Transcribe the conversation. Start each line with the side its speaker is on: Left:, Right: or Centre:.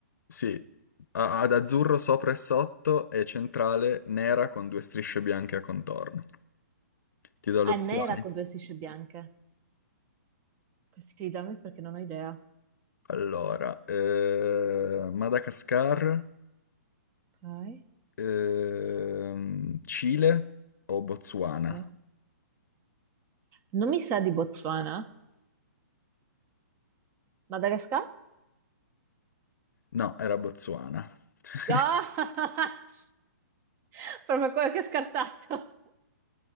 Left: Sì, ha- ad azzurro sopra e sotto e centrale nera con due strisce bianche a contorno. Ti do le
Right: Ah, è
Left: opzioni.
Right: nera con due strisce bianche. Questi dammi perché non ho idea.
Left: Allora, eh, Madagascar.
Right: Ok.
Left: Ehm, Cile o Botswana?
Right: Eh. Non mi sa di Botswana? Madagascar?
Left: No, era Botswana. <laughs>
Right: Ah! <laughs> Proprio quello che ho scartato.